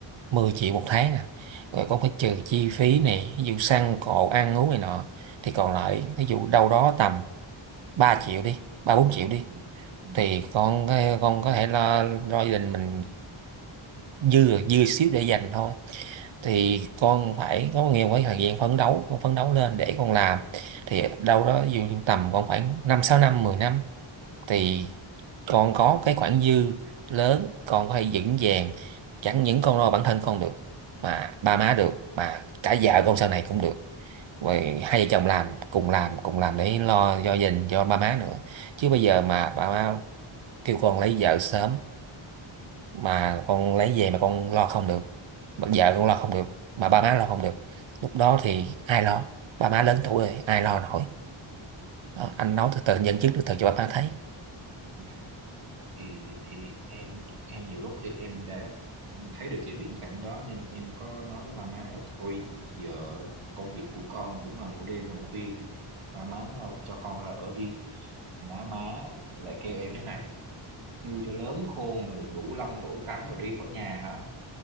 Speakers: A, on the right (about 65°); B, on the right (about 90°).
A: 10 triệu một tháng à rồi
B: ừ
A: con phải trừ chi phí này ví dụ xăng cộ ăn uống này nọ thì còn lại ví dụ đâu đó tầm 3 triệu đi ba bốn triệu đi
B: ừ ừ
A: thì con con có thể lo lo gia đình mình dư dư xíu để dành thôi thì con phải có nhiều cái thời gian phấn đấu con phấn đấu lên để con làm thì đâu đó dù tầm con khoảng năm sáu năm mười năm thì
B: ừ
A: con có cái khoản dư lớn con có thể vững vàng chẳng những con lo bản thân con được mà ba má được mà cả vợ con sau này cũng được rồi hai vợ chồng làm cùng làm cùng làm để lo cho gia đình cho ba má nữa chứ bây giờ mà ba má kêu con lấy vợ sớm mà con lấy về mà con lo không được Bà vợ
B: ừ
A: con lo không được mà ba má lo không
B: ừ ừ.
A: được lúc đó
B: ừ,
A: thì ai lo ba má lớn tuổi rồi ai lo nổi đó, anh
B: dạ
A: nói từ từ dẫn chứng từ từ cho ba má thấy
B: dạ thì thì em em nhiều lúc thì em đã thấy được cái viễn cảnh đó nên em có nói với ba má là thôi giờ công việc của con cũng là một đêm làm khuya ba má ờ, cho con ra ở riêng má má lại kêu em thế này nuôi cho lớn khôn rồi đủ lông đủ cánh rồi đi khỏi nhà hả